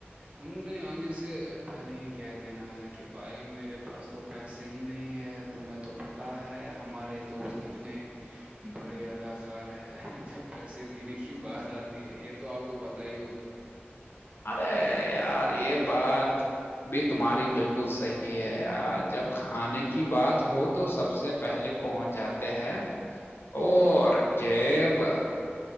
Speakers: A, on the right; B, on the left.
A: انہوں نے آنے سے پہلے ہی کہہ دینا ہے کہ بھائی میرے پاس تو پیسے ہی نہیں ہے تمہیں تو پت ہے ہمارے دوست کتنے بڑے اداکار ہے جب پیسے دینے کی بات آتی ہے یہ تو آپ کو پتا تائی ہوگا
B: ارے یار یہ بات بھی تمہاری بالکل صحی ہے یار جب کھانے کی بات ہو تو سب سے پہلے پہنچ جاتے ہیں اور جیب